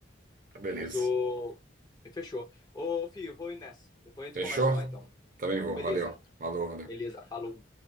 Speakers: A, on the right (about 40°); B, on the left (about 20°).
A: Ah, beleza.
B: Mas o. Fechou. Ô, filho, eu vou ir nessa. Depois a
A: Fechou?
B: gente conversa mais, então.
A: Também
B: Então,
A: vou,
B: beleza.
A: valeu. Falou, valeu.
B: Beleza, falou.